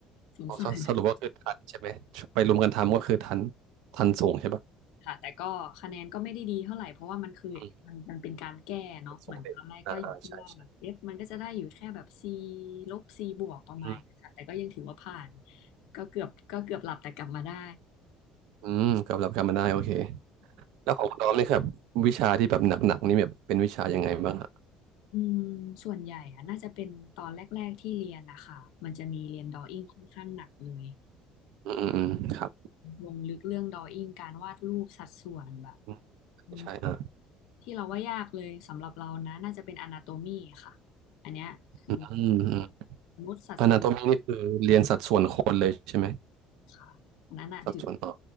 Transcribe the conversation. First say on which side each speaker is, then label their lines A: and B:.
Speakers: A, on the left; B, on the right.
A: สงสาร
B: อ๋อสสรุปว่าคือทันใช่ไหมไปรวมกันทำก็คือทันทันส่งใช่ปะ
A: ค่ะแต่ก็คะแนนก็ไม่ได้ดีเท่าไหร่เพราะว่ามันคือมันมันเป็นการแก้เนาะเหมือนตอนแรกก็อยู่ที่ว่าแบบ
B: อืมส่งเด็กอ่าอ่าใช่ใช่
A: F มันก็จะได้อยู่แค่แบบ C ลบ C บวกประมาณนี้ค่ะแต่ก็ยังถือว่าผ่าน
B: อืม
A: ก็เกือบก็เกือบหลับแต่กลับมาได้
B: อืมกับหลับกันมาได้โอเคแล้วของคุณออมนี่ครับวิชาที่แบบหนักๆนี่แบบเป็นวิชายังไงบ้างอะ
A: อืมส่วนใหญ่อะน่าจะเป็นตอนแรกๆที่เรียนนะคะมันจะมีเรียนด r อ w i n g ค่อนข้างหนักเลย
B: อืมอืมอืมครับ
A: ลงลึกเรื่องด r a w i n g การวาดรูปสัดส่วนแบบ
B: อืม
A: อืม
B: ใช่อ่า
A: ที่เราว่ายากเลยสำหรับเรานะน่าจะเป็น a นาโตมีค่ะอันเนี้ยคือ
B: อืม
A: มนุษย์สัดส่วน
B: อนาโตมีนี่คือเรียนสัดส่วนคนเลยใช่ไหม
A: ค่ะอันนั้นน่ะถือ
B: สัดส่วนต่อ